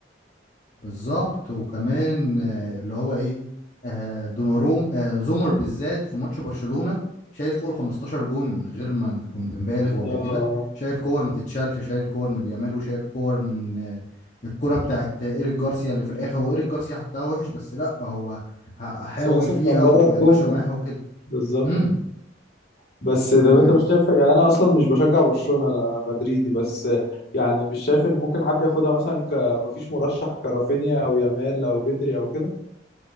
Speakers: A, on the left; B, on the left.
A: بالظبط وكمان آه، اللي هو ايه آه، دوناروم آه، زومر بالذات في ماتش برشلونة شايل فوق ال 15 جون من غير ما نكون بنبالغ ولا
B: آه
A: كده شايل كور ما تتشالش شايل كور من يامال وشايل كور من آه، الكرة بتاعت ايريك جارسيا اللي في الاخر هو ايريك جارسيا حطها وحش بس لا هو ح- حاول
B: بس هو أصلا
A: فيها
B: كان بره
A: ومشى
B: الجون أه
A: معاها وكده
B: بالظبط
A: امم
B: بس ده
A: وهو
B: انت مش شايف يعني انا اصلا مش بشجع برشلونة انا مدريدي بس يعني مش شايف ان ممكن حد ياخدها مثلا ك مفيش مرشح كرافينيا او يامال او بدري او كده